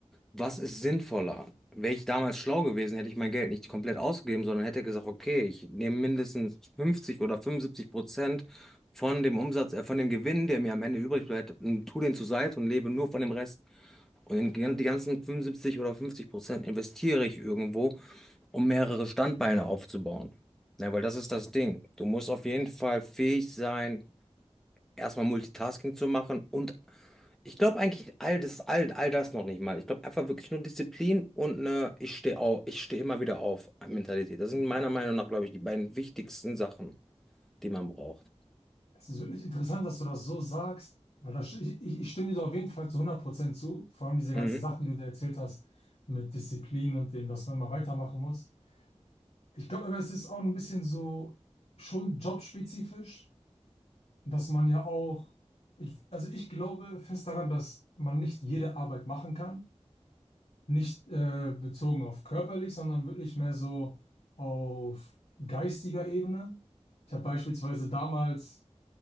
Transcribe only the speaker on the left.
Es ist wirklich interessant, dass du das so sagst, weil das, ich, ich ich stimme dir da auf jeden Fall zu hundert Prozent zu, vor allem diese ganzen
Sachen, die du dir erzählt hast, mit Disziplin und dem, dass man immer weitermachen muss. Ich glaube aber, es ist auch ein bisschen so schon jobspezifisch. dass man ja auch, ich, also ich glaube fest daran, dass man nicht jede Arbeit machen kann. Nicht äh, bezogen auf körperlich, sondern wirklich mehr so auf geistiger Ebene. Ich habe beispielsweise damals,